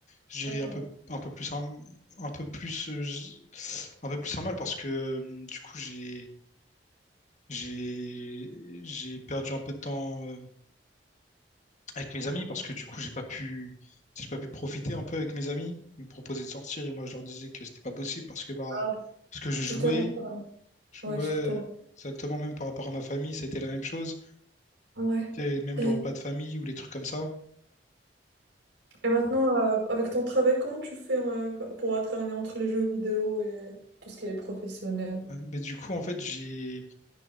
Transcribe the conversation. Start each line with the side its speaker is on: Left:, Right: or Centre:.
Left: j'irai
Right: D'accord.
Left: un peu un peu plus un, un peu plus euh, j- un peu plus un mal parce que euh, du coup, j'ai j'ai j'ai perdu un peu de temps euh, avec mes amis parce que du coup, j'ai pas pu, j'ai pas pu profiter un peu avec mes amis. Ils me proposaient de sortir et moi, je leur disais que c'était pas possible parce que, bah,
Right: Ah,
Left: parce que je jouais,
Right: tu t'es renseigné.
Left: je
Right: Ouais,
Left: jouais
Right: sur toi.
Left: exactement même par rapport à ma famille, ça a été la même chose.
Right: Ouais.
Left: Tu sais, Même
Right: Et,
Left: les repas de famille ou les trucs comme ça.
Right: et maintenant, euh, avec ton travail, comment tu fais euh, pour alterner entre les jeux vidéo et tout ce qui est professionnel?
Left: Ouais, Mais du coup, en fait, j'ai,